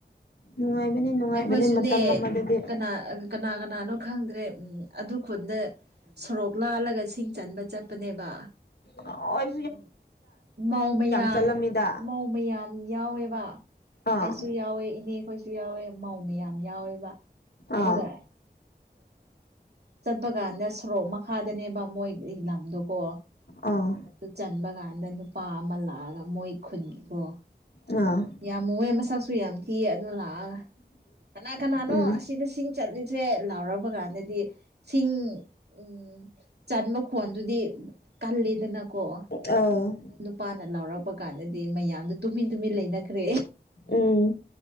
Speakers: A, on the left; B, on the right.
A: ꯅꯨꯡꯉꯥꯏꯕꯅꯦ ꯅꯨꯡꯉꯥꯏꯕꯅꯦ
B: ꯑꯩꯈꯣꯏꯁꯨꯅꯦ
A: ꯃꯇꯝ ꯑꯃꯗꯗꯤ
B: ꯀꯅꯥ__ ꯀꯅꯥ ꯀꯅꯥꯅꯣ ꯈꯪꯗ꯭ꯔꯦ ꯎꯝ ꯑꯗꯨ ꯈꯨꯨꯟꯗ ꯁꯣꯔꯣꯛ ꯂꯥꯜꯂꯒ ꯁꯤꯡ__ ꯆꯟꯕ ꯆꯠꯄꯅꯦꯕ
A: ꯑ ꯑꯣꯏ
B: ꯎ ꯃꯥꯧ ꯃꯌꯥꯝ
A: ꯆꯠꯂꯝꯃꯤꯗ
B: ꯃꯧ ꯃꯌꯥꯝ ꯌꯥꯎꯋꯦꯕ
A: ꯑꯥ
B: ꯑꯩꯁꯨ ꯌꯥꯎꯋꯦ ꯏꯅꯦ ꯈꯈꯣꯏꯁꯨ ꯌꯥꯎꯋꯦ ꯃꯥꯧ ꯃꯌꯥꯝ ꯌꯥꯎꯋꯦꯕ ꯑꯗꯨꯒ
A: ꯑꯥ
B: ꯆꯠꯄ ꯀꯥꯟꯗ ꯁꯣꯔꯣꯛ ꯃꯈꯥꯗꯅꯦꯕ ꯃꯣꯏ ꯑꯩ ꯂꯝꯝꯗꯨꯀꯣ
A: ꯑꯥ
B: ꯑꯗꯨ ꯆꯟꯕ ꯀꯥꯟꯗ ꯅꯨꯄꯥ ꯑꯃ ꯂꯥꯛꯑꯒ ꯃꯣꯏ ꯈꯨꯟꯅꯤꯀꯣ
A: ꯑꯥ
B: ꯌꯥꯝ ꯃꯨꯦ ꯃꯁꯛꯁꯨ ꯌꯥꯝ ꯊꯤꯑ ꯑꯗꯨꯅ ꯂꯥꯛꯑꯒ ꯀꯅꯥ ꯀꯅꯥꯅꯣ
A: ꯎꯝ
B: ꯑꯁꯤꯗꯁꯤꯡ ꯆꯠꯂꯤꯁꯦ ꯂꯥꯎꯔꯕ ꯀꯥꯟꯗꯗꯤ ꯁꯤꯡ ꯎꯝ ꯎꯝ ꯆꯟꯕ ꯈꯣꯟꯗꯨꯗꯤ ꯀꯜꯂꯦꯗꯅꯀꯣ
A: ꯑ
B: ꯑꯗꯨ ꯅꯨꯄꯥꯅ ꯂꯥꯎꯔꯛꯄ ꯀꯥꯟꯗꯗꯤ ꯃꯌꯥꯝꯗꯣ ꯇꯨꯃꯤꯟ ꯇꯨꯃꯤꯟ ꯂꯩꯅꯈ꯭ꯔꯦ
A: ꯎꯝ